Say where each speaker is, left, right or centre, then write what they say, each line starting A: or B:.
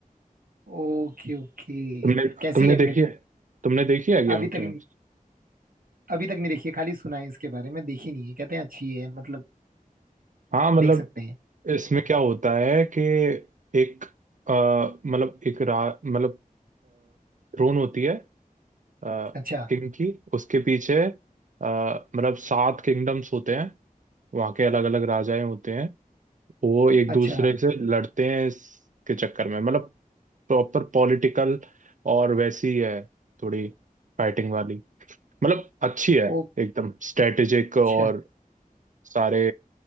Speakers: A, on the right; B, on the right.
A: Okay okay
B: तुमने
A: कैसी
B: तुमने
A: है
B: देखी
A: फिर
B: है तुमने देखी है गेम
A: अभी
B: ऑफ
A: तक
B: थ्रोन्स
A: नहीं अभी तक नहीं देखी है खाली सुना है इसके बारे में देखी नहीं है कहते हैं अच्छी है मतलब
B: हाँ मतलब
A: देख सकते हैं
B: इसमें क्या होता है कि एक अ, मतलब एक रा मतलब थ्रोन होती है किंग
A: अच्छा
B: की उसके पीछे अ, मतलब सात किंगडम्स होते हैं वहाँ के अलग अलग राजाएं होते हैं वो एक दूसरे
A: अच्छा
B: से लड़ते हैं इसके चक्कर में मतलब प्रॉपर पॉलिटिकल और वैसी है थोड़ी फाइटिंग वाली मतलब अच्छी है
A: ओ
B: एकदम स्ट्रेटेजिक और
A: अच्छा
B: सारे